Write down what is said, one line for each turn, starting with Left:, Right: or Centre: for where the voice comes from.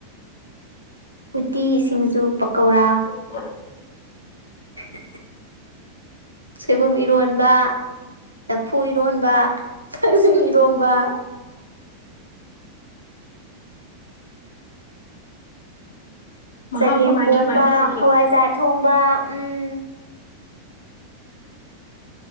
Right: ꯎꯇꯤ ꯁꯤꯡꯖꯨ ꯄꯀꯧꯔꯥ
Left: ꯎ
Right: <unintelligible> ꯁꯣꯏꯕꯨꯝ ꯏꯔꯣꯟꯕ ꯂꯐꯨ ꯏꯔꯣꯟꯕ ꯀꯛꯖꯤꯡ ꯏꯔꯣꯝꯕ
Left: ꯃꯍꯥꯎ
Right: ꯆꯒꯦꯝ
Left: ꯀꯃꯥꯏ
Right: ꯄꯣꯝꯕ
Left: ꯀꯃꯥꯏ ꯇꯧꯒꯦ
Right: ꯍꯋꯥꯏꯖꯥꯔ ꯊꯣꯡꯕ ꯎꯝ